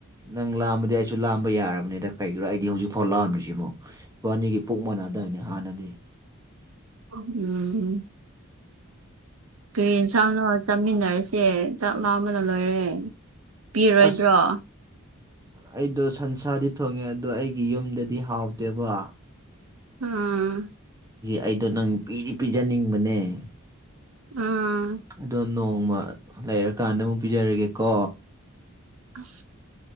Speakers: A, on the right; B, on the right.
A: ꯅꯪ ꯂꯥꯛꯑꯝꯕꯗꯤ ꯑꯩꯁꯨ ꯂꯥꯝꯕ ꯌꯥꯔꯕꯅꯤꯗ ꯀꯩꯒꯤꯔꯣ ꯑꯩꯗꯤ ꯍꯧꯖꯤꯛꯐꯥꯎ ꯂꯥꯛꯑꯝ꯭ꯔꯤꯁꯤꯕꯣ ꯏꯕꯥꯅꯤꯒꯤ ꯄꯨꯛ ꯃꯅꯥ ꯑꯗꯨꯗꯥꯏꯅꯤ ꯍꯥꯟꯅꯗꯤ
B: ꯎꯝ ꯒ꯭ꯔꯤꯟ ꯁꯥꯎꯅ ꯆꯥꯃꯤꯟꯅꯔꯁꯦ ꯆꯥꯛ ꯂꯥꯕꯅ ꯂꯣꯏꯔꯦ ꯄꯤꯔꯣꯏꯗ꯭ꯔꯣ
A: ꯑꯁ ꯑꯩꯗꯣ ꯁꯟꯁꯥꯗꯤ ꯊꯣꯡꯉꯦ ꯑꯗꯣ ꯑꯩꯒꯤ ꯌꯨꯝꯗꯗꯤ ꯍꯥꯎꯗꯦꯕ
B: ꯑꯥ
A: ꯑꯩꯗꯣ ꯅꯪ ꯄꯤꯗꯤ ꯄꯤꯖꯅꯤꯡꯕꯅꯦ
B: ꯎꯝ
A: ꯑꯗꯣ ꯅꯣꯡꯃ ꯂꯩꯔꯀꯥꯟꯗ ꯑꯃꯨꯛ ꯄꯤꯖꯔꯒꯦꯀꯣ
B: ꯎ